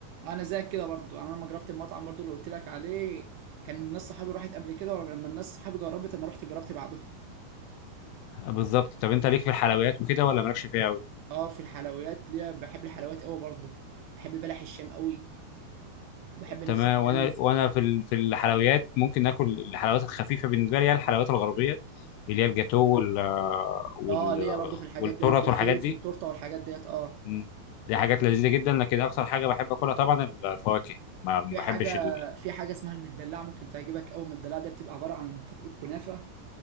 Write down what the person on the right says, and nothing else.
انا زيك كده برضه يعني انا لما جربت المطعم برضه اللي قلت لك عليه كان الناس صحابي راحت قبل كده ولما الناس صحابي جربت انا رحت جربت بعدهم
اه في الحلويات ليا بحب الحلويات قوي برضه بحب بلح الشام قوي وبحب نفس
الكلام
اه ليا برضه في الحاجات
ديت جاتوه
في التورته والحاجات ديت اه
في حاجه
في حاجه اسمها المدلعه ممكن تعجبك قوي المدلعه دي بتبقى عباره عن طبق الكنافه